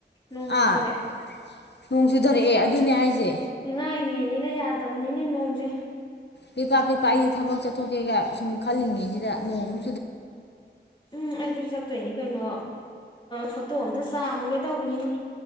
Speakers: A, on the left (about 25°); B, on the left (about 70°).
A: ꯅꯣꯡ
B: ꯑꯥ
A: ꯆꯨꯊꯔꯛꯑꯦ
B: ꯅꯣꯡ ꯆꯨꯊꯔꯛꯑꯦ ꯑꯗꯨꯅꯦ ꯍꯥꯏꯁꯦ
A: ꯉꯉꯥꯡ ꯏꯉꯦꯅꯤꯅ ꯌꯥꯗꯕꯅꯤꯅꯦ ꯅꯣꯡꯁꯦ
B: ꯄꯦꯄꯥ ꯄꯦꯄꯥ ꯑꯩꯗꯤ ꯊꯕꯛ ꯆꯠꯊꯣꯛꯀꯦꯒ ꯁꯨꯝ ꯈꯜꯂꯤꯉꯩꯁꯤꯗ ꯅꯣꯡꯃ
A: ꯎꯝ ꯑꯩꯁꯨ ꯆꯠꯣꯏꯅꯤ ꯀꯩꯅꯣ ꯐꯣꯇꯣ ꯑꯝꯇ ꯆꯥꯝꯃꯨꯒꯦ ꯇꯧꯕꯅꯤꯅ